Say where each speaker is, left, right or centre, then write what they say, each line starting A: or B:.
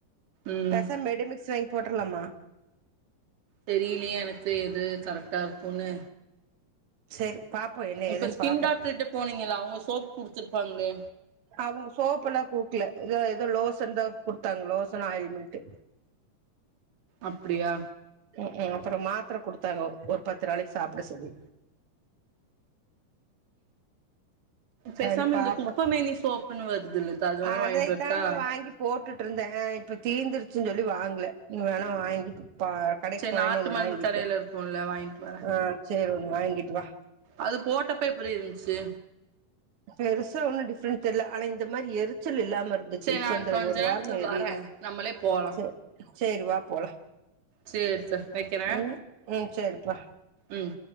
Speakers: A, on the right; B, on the right.
A: ம்
B: பேசாம மெடிமிக்ஸ் வாங்கி போட்டுற்லாமா
A: தெரியலியே எனக்கு எது கரெக்டா இருக்குன்னு
B: சேரி பாப்போ என்ன
A: இப்ப
B: எதுன்னு
A: ஸ்கின்
B: பாப்போ
A: டாக்டர்கிட்ட போனீங்கல்ல அவங்க சோப் குடுத்துருப்பாங்களே
B: அவங்க சோப்பு எல்லா குடுக்கல ஏதோ ஏதோ லோசன்தா குடுத்தாங்க லோசன் ஆயில் மென்ட்டு
A: அப்டியா
B: ம் ம் அப்றோ மாத்திர குடுத்தாங்க ஒரு பத்து நாளைக்கு சாப்ட சொல்லி சரி
A: பேசாம
B: பாப்போ
A: இந்த குப்பமேனி சோப்புன்னு வருதுல்லக்கா அது வேணா
B: அதைத்தாம்மா
A: வாங்கிட்டு வரட்டா
B: வாங்கி போட்டுட்டு இருந்தே இப்ப தீந்துருச்சுன் சொல்லி வாங்கல நீ வேணா வாங்கி ப்ப கடைக்கு
A: சேரி
B: போனேனா
A: நாட்டு
B: ஒன்னு
A: மருந்து
B: வாங்கிக்கோ
A: கடையில இருக்குல்ல வாங்கிட்டு வரே
B: ஆ சேரி ஒன்னு வாங்கிட்டு வா
A: அது போட்டப்ப எப்டி இருந்துச்சு
B: பெருசா ஒன்னு டிஃப்ரெண்ட் தெர்ல ஆனா இந்த மாரி எரிச்சல் இல்லாம இருக் துச்சு
A: சரி
B: இப்ப
A: நான்
B: இந்த
A: கொஞ்ச
B: ஒரு
A: நேரத்துல
B: வாரமா எரியுது
A: வரே நம்மளே போலா
B: ச சேரி வா போலா
A: சேரி சிஸ்டர் வக்கிறே
B: ம் ம் சேரி பா
A: ம்